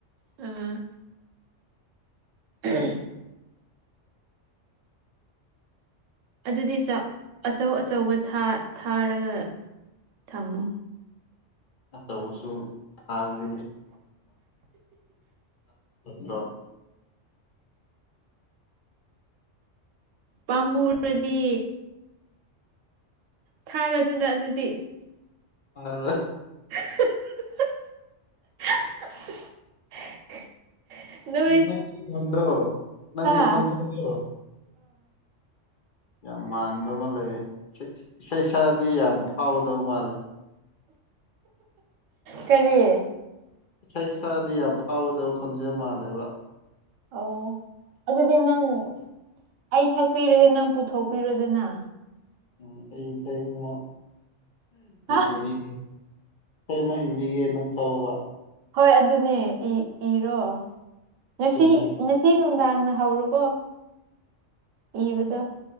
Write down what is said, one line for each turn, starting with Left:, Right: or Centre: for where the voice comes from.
Right: ꯎꯝ ꯎꯝ ꯑꯗꯨꯗꯤ ꯑꯆꯧ ꯑꯆꯧꯕ ꯊꯥꯔꯒ ꯊꯝꯃꯨ
Left: ꯑꯆꯧꯕꯁꯨ ꯇꯔꯗꯤ <unintelligible>
Right: ꯄꯝꯃꯨꯔꯗꯤ ꯊꯥꯔꯗꯨꯗ ꯑꯗꯨꯗꯤ
Left: ꯑ
Right: <unintelligible> ꯅꯣꯏ
Left: ꯅꯪꯒꯤ ꯈꯣꯟꯗꯣ ꯅꯪꯒꯤ
Right: ꯍꯥꯥ
Left: ꯈꯣꯟꯖꯦꯟꯗꯣ ꯌꯥꯝ ꯃꯥꯟꯕ ꯑꯃ ꯂꯩ ꯏꯁꯩ ꯁꯛꯑꯗꯤ ꯌꯥꯝ ꯐꯥꯎꯒꯗꯧ ꯃꯥꯜꯂꯦ
Right: ꯀꯔꯤ
Left: ꯏꯁꯩ ꯁꯛꯑꯗꯤ ꯌꯥꯝ ꯐꯥꯎꯒꯗꯧ ꯈꯣꯟꯖꯦꯜ ꯃꯥꯂꯦꯕ
Right: ꯑꯣ ꯑꯗꯨꯗꯤ ꯅꯪ ꯑꯩ ꯁꯛꯄꯤꯔꯒꯦ ꯅꯪ ꯄꯨꯊꯣꯛ ꯄꯤꯔꯣꯗꯅ
Left: ꯎ ꯑꯩ ꯁꯩ ꯑꯃ
Right: ꯍꯥ
Left: ꯢꯕꯤꯒꯦ ꯢꯁꯩ ꯑꯃ ꯢꯕꯤꯒꯦ ꯅꯪ ꯁꯛꯑꯣꯕ
Right: ꯍꯣꯏ ꯑꯗꯨꯅꯦ ꯏꯔꯣ ꯉꯁꯤ
Left: ꯇꯨꯟꯁꯨ
Right: ꯉꯁꯤ ꯅꯨꯡꯗꯥꯡꯅ ꯍꯧꯔꯣꯀꯣ ꯏꯕꯗꯣ